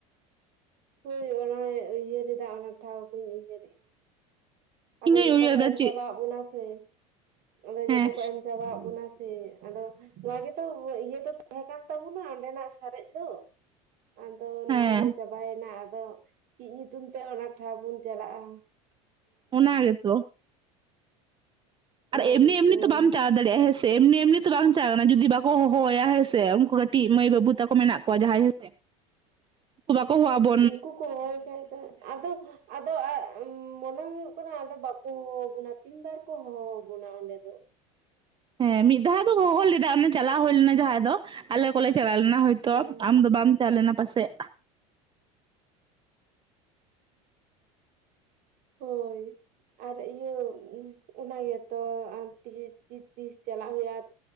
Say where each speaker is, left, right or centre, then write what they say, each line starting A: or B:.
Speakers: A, on the right; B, on the right.
A: ᱦᱳᱭ ᱚᱱᱟᱭ ᱩᱭᱦᱟᱹᱨ ᱮᱫᱟ ᱚᱱᱟ ᱴᱷᱟᱶ ᱠᱚᱧ ᱩᱭᱦᱟᱹᱨᱮᱫᱟ᱾ ᱟᱫᱚ
B: ᱤᱧ ᱦᱚᱧ
A: ᱡᱚᱛᱚ
B: ᱩᱭᱦᱟᱹᱨ
A: ᱠᱚ
B: ᱫᱟ
A: ᱮᱢ
B: ᱪᱮᱫ
A: ᱪᱟᱵᱟᱜ-ᱟ ᱵᱚᱱᱟ ᱥᱮ ᱚᱸᱵᱮ ᱡᱚᱛᱚ
B: ᱦᱮᱸ
A: ᱠᱚ ᱮᱢ ᱪᱟᱵᱟᱜ ᱵᱚᱱᱟ ᱦᱮ ᱟᱫᱚ ᱱᱚᱣᱟ ᱜᱮᱛᱚ ᱤᱭᱟᱹ ᱫᱚ ᱛᱟᱦᱮᱸ ᱠᱟᱱ ᱛᱟᱵᱚᱱᱟ ᱚᱸᱰᱮᱱᱟᱜ ᱥᱟᱨᱮᱡ ᱫᱚ ᱟᱫᱚ ᱱᱚᱣᱟ
B: ᱦᱮᱸ
A: ᱦᱚᱸ ᱪᱟᱵᱟᱭᱮᱱᱟ ᱟᱫᱚ ᱪᱮᱫ ᱧᱩᱛᱩᱢ ᱛᱮ ᱚᱱᱟ ᱴᱷᱟᱶ ᱵᱚᱱ ᱪᱟᱞᱟᱜᱼᱟ᱾
B: ᱚᱱᱟ ᱜᱮᱛᱚ
A: ᱚᱱᱟ
B: ᱟᱨ ᱮᱢᱱᱤ
A: ᱫᱤᱥᱚᱢ
B: ᱮᱢᱱᱤ ᱛᱚ ᱵᱟᱢ ᱪᱟ ᱫᱟᱲᱭᱟᱜᱼᱟ ᱦᱮᱸᱥᱮ ᱮᱢᱱᱤ ᱮᱢᱱᱤ ᱛᱚ ᱵᱟᱝ ᱪᱟᱜ ᱠᱟᱱᱟ ᱡᱩᱫᱤ ᱵᱟᱠᱚ ᱦᱚᱦᱚᱣᱭᱟ ᱦᱮᱸᱥᱮ ᱩᱱᱠᱩ ᱠᱟᱹᱴᱤᱡ ᱢᱟᱹᱭ ᱵᱟᱹᱵᱩ ᱛᱟᱠᱚ ᱢᱮᱱᱟᱜ ᱠᱚᱣᱟ ᱡᱟᱦᱟᱸᱭ ᱦᱮᱸᱥᱮ
A: <unintelligible>
B: ᱵᱟᱠᱚ ᱦᱚᱦᱚᱣᱟ ᱵᱚ
A: ᱩᱱᱠᱩ ᱠᱚ ᱦᱚᱦᱚᱭ ᱠᱷᱟᱡ ᱫᱚ ᱟᱫᱚ ᱟᱫᱚ ᱟ ᱚᱩᱸ ᱢᱚᱱᱮ ᱦᱩᱭᱩᱜ ᱠᱟᱱᱟ ᱟᱫᱚ ᱵᱟᱠᱚ ᱦᱚᱦᱚ ᱟᱵᱚᱱᱟ ᱛᱤᱱᱵᱟᱨ ᱠᱚ ᱦᱚᱦᱚ ᱟᱵᱚᱱᱟ ᱚᱸᱰᱮ ᱫᱚ?
B: ᱦᱮᱸ ᱢᱤᱫ ᱫᱷᱟᱣ ᱫᱚ ᱦᱚᱦᱚ ᱞᱮᱫᱟ ᱚᱱᱮ ᱪᱟᱞᱟ ᱦᱩᱭ ᱞᱮᱱᱟ ᱡᱟᱦᱟᱸᱭ ᱫᱚ ᱟᱞᱮ ᱠᱚᱞᱮ ᱪᱟᱞᱟᱣ ᱞᱮᱱᱟ ᱦᱳᱭᱛᱚ
A: ᱦᱮᱸ
B: ᱟᱢ ᱫᱚ ᱵᱟᱢ ᱪᱟᱞᱟᱣ ᱞᱮᱱᱟ ᱯᱟᱥᱮᱫ᱾
A: ᱦᱳᱭ ᱟᱨ ᱤᱭᱟᱹ ᱚᱱᱟ ᱜᱮᱛᱚ ᱟᱨ ᱛᱤᱥ ᱛᱤᱥ ᱪᱟᱞᱟᱜ ᱦᱩᱭᱩᱜᱼᱟ